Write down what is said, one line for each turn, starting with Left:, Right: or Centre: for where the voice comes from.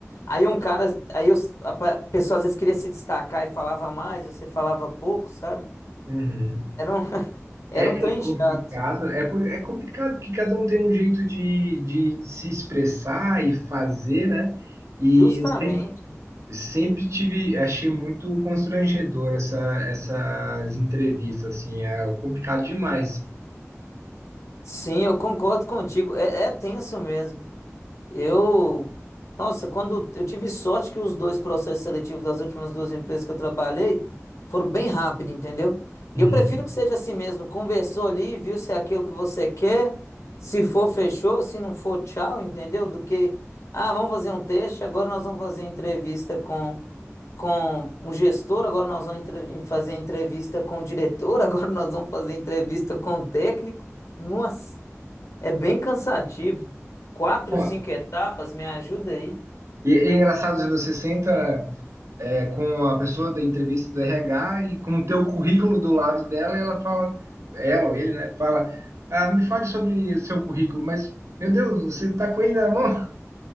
Left: Aí um cara. Aí eu- a pa- a pessoa às vezes queria se destacar e falava mais, você falava pouco, sabe?
Right: Uhum.
Left: Era um, <laughs> era
Right: É,
Left: um trem
Right: é complicado,
Left: chato.
Right: é, por- é complicado porque cada um tem um jeito de, de se expressar e fazer, né? E
Left: Justamente.
Right: eu sempre, sempre tive, achei muito constrangedor essa, essas entrevistas, assim, é complicado demais.
Left: Sim, eu concordo contigo. É, é tenso mesmo. Eu, nossa, quando eu tive sorte que os dois processos seletivos das últimas duas empresas que eu trabalhei foram bem rápido, entendeu?
Right: Uhum.
Left: E eu prefiro que seja assim mesmo. Conversou ali, viu se é aquilo que você quer, se for, fechou, se não for, tchau, entendeu? Do que, ah, vamos fazer um teste, agora nós vamos fazer entrevista com com o gestor, agora nós vamos entre- em fazer entrevista com o diretor, <laughs> agora nós vamos fazer entrevista com o técnico. Nossa. É bem cansativo. Quatro,
Right: Ó,
Left: cinco etapas, me ajuda aí.
Right: E é engraçado, você senta é, com a pessoa da entrevista do RH e com o teu currículo do lado dela e ela fala, ela ou ele, né, fala, ah, me fale sobre o seu currículo, mas, meu Deus, você tá com ele na mão?